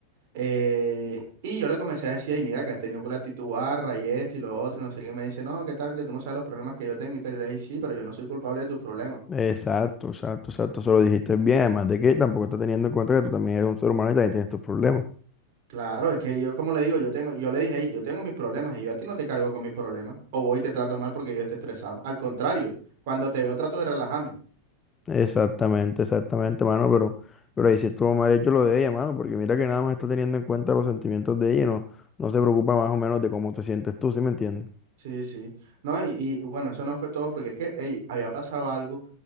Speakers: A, on the right; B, on the left.
A: eh, y yo le comencé a decir, ay, mira, que has tenido con la actitud barra y esto y lo otro, y no sé qué. Me dice, no, ¿qué tal? Que tú no sabes los problemas que yo tengo y tal. Y le dije, sí, pero yo no soy culpable de tus problemas.
B: Exacto, exacto, exacto. Eso lo dijiste bien. Además de que tampoco está teniendo en cuenta que tú también eres un ser humano y también tienes tus problemas.
A: Claro, es que yo, como le digo, yo tengo, yo le dije, hey, yo tengo mis problemas y yo a ti no te cargo con mis problemas. O voy y te trato mal porque yo esté estresado. Al contrario, cuando te veo trato de relajarme.
B: Exactamente, exactamente, mano, pero, pero ahí sí estuvo mal hecho lo de ella, mano, porque mira que nada más está teniendo en cuenta los sentimientos de ella y no, no se preocupa más o menos de cómo te sientes tú, ¿sí me entiendes?
A: Sí, sí. No, y, y bueno, eso no fue todo porque es que, ey, había pasado algo